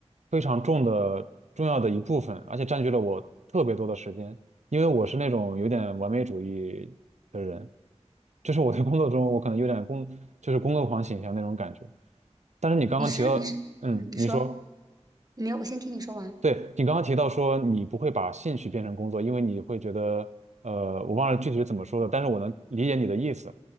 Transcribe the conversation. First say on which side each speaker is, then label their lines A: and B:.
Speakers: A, on the right; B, on the right.
A: 非常重的重要的一部分，而且占据了我特别多的时间，因为我是那种有点完美主义的人，就是我在工作中我可能有点工就是工作狂倾向那种感觉，但是你刚刚提到，
B: 你是你是嗯，
A: 嗯，
B: 你说
A: 你说。
B: 没有，我先听你说完。
A: 对，你刚刚提到说你不会把兴趣变成工作，因为你会觉得，呃，我忘了具体是怎么说的，但是我能理解你的意思。